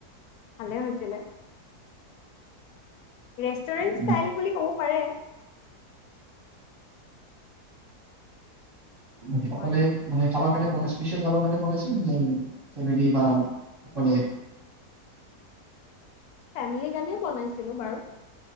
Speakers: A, on the left (about 75°); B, on the right (about 20°).
A: ভালে হৈছে । Restaurant
B: um.
A: ষ্টাইল বুলি ক'ব পাৰে ।
B: মান অকলে
A: হয়
B: মানে খাবাৰ কাৰনে বন স্পিইয়ল খাবাৰ কাৰনে চব মিলি বা মানে
A: ফেমিলিৰ কাৰণেই বনাইছিলো বাৰু